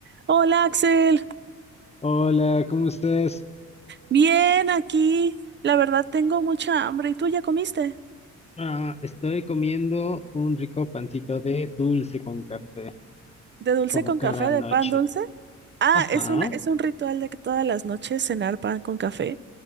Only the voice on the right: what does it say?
Hola Axel,
bien aquí. La verdad tengo mucha hambre. ¿Y tú ya comiste?
¿De dulce
con
café, de
pan dulce? Ah,
es una, es un ritual de que todas las noches cenar pan con café.